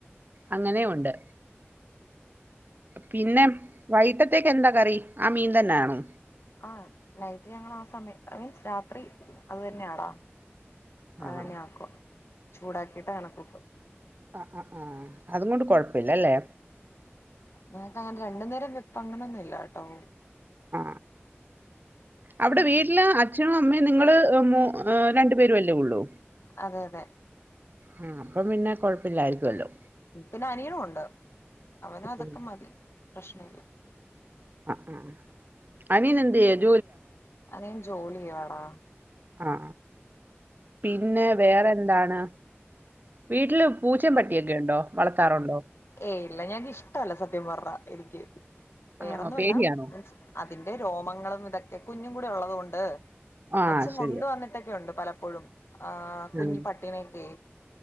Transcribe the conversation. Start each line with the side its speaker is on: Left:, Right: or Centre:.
Right: അങ്ങനെയും ഉണ്ട് പിന്നെ വൈട്ടത്തേക്ക് എന്താ കറി ആ മീൻ തന്നാണോ?
Left: ആ നൈറ്റ് ഞങ്ങളാ സമയം മീൻസ് രാത്രി അത് തന്നെയാടാ.
Right: ആഹ്
Left: അതന്നെ ആക്കും. ചൂടാക്കിട്ട് അങ്ങന കൂട്ടും.
Right: ആ ആ ആ അതുങ്ങൊണ്ട് കൊഴപ്പില്ലല്ലേ?
Left: എനക്ക് അങ്ങനെ രണ്ടു നേരം വെപ്പ് അങ്ങനൊന്നും ഇല്ലാ ട്ടോ.
Right: ആ അവിടെ
Left: ഉള്ളത്
Right: വീട്ടില് അച്ഛനും അമ്മയും നിങ്ങള് മ രണ്ടു പേരു അല്ലേ ഉള്ളൂ?
Left: അതെ അതെ
Right: ആ അപ്പം പിന്നെ കൊഴപ്പില്ലായിരിക്കുമല്ലോ
Left: പിന്നെ അനിയനും ഒണ്ട് അവനും അതൊക്കെ
Right: ആഹ്
Left: മതി. <unintelligible>
Right: ആഹ ആ അനിയൻ എന്തോ
Left: അനൻ ജോലി ചെയ്യാടാ
Right: ആ പിന്നെ വേറെ എന്താണ് വീട്ടിലും പൂച്ചയും പട്ടിയൊക്കെ ഉണ്ടോ വളർത്താറുണ്ടോ
Left: ഏയ് ഇല്ല ഞക്ക് ഇഷ്ടമല്ല സത്യം പറഞ്ഞ എനിക്ക് വേറൊന്നുമല്ല
Right: ആണോ പേടിയാണോ
Left: മീൻസ് അതിന്റെ രോമങ്ങളും ഇതൊക്കെ ക കുഞ്ഞും കൂടി ഉള്ളത കൊൊണ്ട്
Right: ആഹ്
Left: അച്ഛൻ
Right: ശരിയാ
Left: കൊണ്ട വന്നിട്ടൊക്കെ ഉണ്ട് പല എപ്പോഴും ആ് കുഞ്ഞി
Right: ഉം
Left: പട്ടിണക്ക്